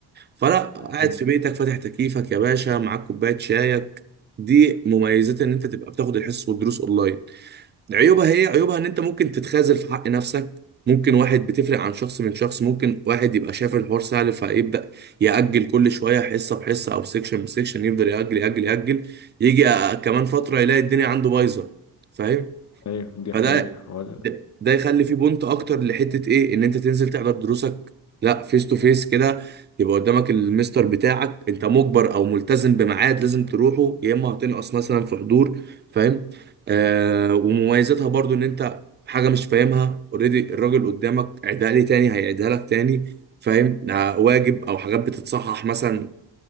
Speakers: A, on the right; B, on the left.
A: فلا قاعد
B: مم.
A: في بيتك فاتح تكييفك يا باشا معاك كوبايه شايك دي مميزات ان انت تبقى بتاخد الحصص والدروس اونلاين عيوبها هي عيوبها ان انت ممكن تتخاذل في حق نفسك ممكن واحد بتفرق عن شخص من شخص ممكن واحد يبقى شايف الحوار سهل فيبدا ياجل كل شويه حصه بحصه او سيكشن بسيكشن يفضل ياجل ياجل ياجل يجي آه، كمان فتره يلاقي الدنيا عنده بايظه فاهم
B: أيوه دي
A: فده
B: حقيقة هو ده-
A: ده ده يخلي فيه بونت اكتر لحته ايه ان انت تنزل تحضر دروسك لا فيس تو فيس كده يبقى قدامك المستر بتاعك انت مجبر او ملتزم بميعاد لازم تروحه يا اما هتنقص مثلا في حضور فاهم آه ومميزاتها برضو ان انت حاجه مش فاهمها اوريدي الراجل قدامك عيدها لي تاني هيعيدها لك تاني فاهم آه واجب او حاجات بتتصحح مثلا